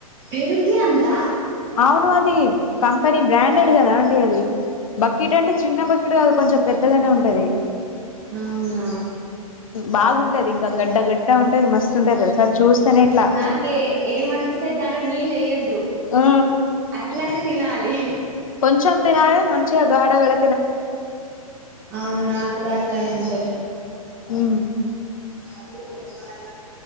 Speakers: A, on the right; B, on the left.
A: పెరుగే అంతా
B: అవును అది కంపెనీ బ్రాండెడ్ కదా అండి అది బక్కెట్ అంటే చిన్న బకెట్ కాదు కొంచెం పెద్దగానే ఉంటాది
A: అవునా
B: బాగుంటది ఇంకా గడ్డ గడ్డ ఉంటది మస్తు ఉంటది తెలుసా చూస్తేనే ఇట్లా
A: నాకే ఏమనిపిస్తే దానిలో నీళ్ళు ఎయ్యొద్దు
B: ఆ
A: అట్లానే తినాలి
B: కొంచం తిన్నలే మంచిగాడ గాడ
A: అవును నా కూడా అట్లానే ఉంటాది
B: ఉ
A: నాకు వంకాయ